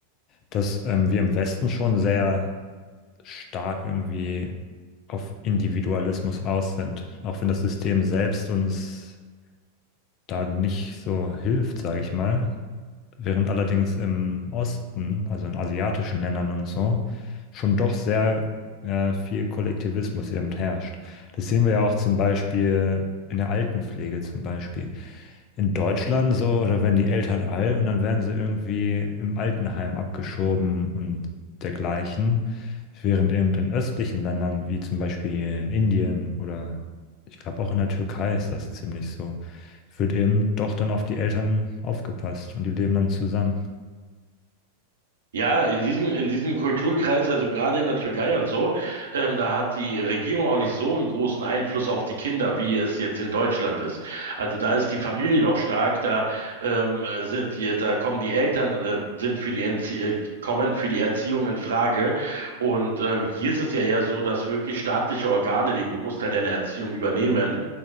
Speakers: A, on the left; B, on the right.
A: dass ähm, wir im Westen schon sehr stark irgendwie auf Individualismus aus sind, auch wenn das System selbst uns da nicht so hilft, sage ich mal. Während allerdings im Osten, also in asiatischen Ländern und so, schon doch sehr äh, viel Kollektivismus eben herrscht. Das sehen wir ja auch zum Beispiel in der Altenpflege zum Beispiel. In Deutschland so, oder wenn die Eltern alt und dann werden sie irgendwie im Altenheim abgeschoben und dergleichen. Während eben in östlichen Ländern, wie zum Beispiel in Indien oder ich glaube auch in der Türkei ist das ziemlich so wird eben doch dann auf die Eltern aufgepasst und die leben dann zusammen.
B: Ja, in diesem, in diesem Kulturkreis, also gerade in der Türkei und so, ähm, da hat die Regierung auch nicht so einen großen Einfluss auf die Kinder, wie es jetzt in Deutschland ist. Also da ist die Familie noch stark, da ähm, sind die, da kommen die Eltern, äh, sind für die Entzie äh, kommen für die Erziehung in Frage. Und ähm, hier ist es ja eher so, dass wirklich staatliche Organe den Großteil der Erziehung übernehmen